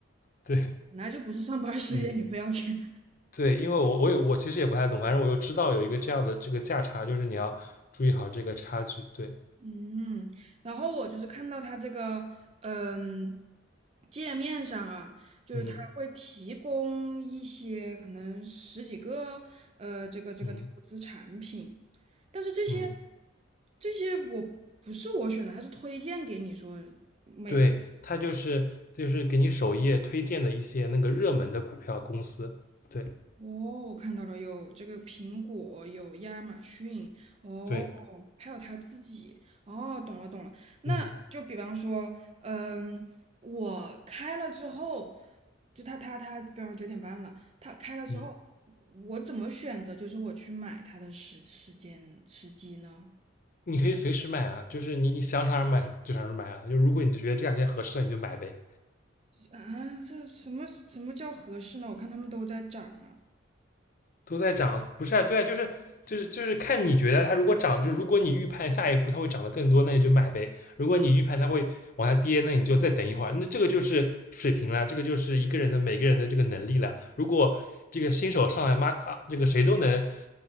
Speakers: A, on the left; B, on the right.
A: 对，
B: 本来就不是上班儿时间，
A: 嗯，
B: 你非要去
A: 对，因为我我也我其实也不太懂，反正我又知道有一个这样的这个价差，就是你要注意好这个差距。对，
B: 嗯，然后我就是看到它这个，嗯，界面上啊，就是它会提供一些可能十几个，
A: 嗯
B: 呃，这个这个投资产品，
A: 嗯
B: 但是这些
A: 嗯
B: 这些我不是我选的，它是推荐给你说每
A: 对，它就是就是给你首页推荐的一些那个热门的股票公司，对
B: 哦，我看到了，有这个苹果，有亚马逊，哦，
A: 对，
B: 还有他自己，哦，懂了懂了。那就比方说，
A: 嗯
B: 嗯，我开了之后，就他他他，比方九点半了，他开了之后，
A: 嗯，
B: 我怎么选择？就是我去买它的时时间时机呢？
A: 你可以随时买啊，就是你你想啥时候买就啥时候买啊，就如果你觉得这两天合适了，你就买呗，
B: 啊，这什么什么叫合适呢？我看他们都在涨啊。
A: 都在涨，不是啊，对啊，就是就是就是看你觉得它如果涨，就是如果你预判下一步它会涨得更多，那你就买呗；如果你预判它会往下跌，那你就再等一会儿，那这个就是水平了，这个就是一个人的每个人的这个能力了，如果。这个新手上来妈啊，这个谁都能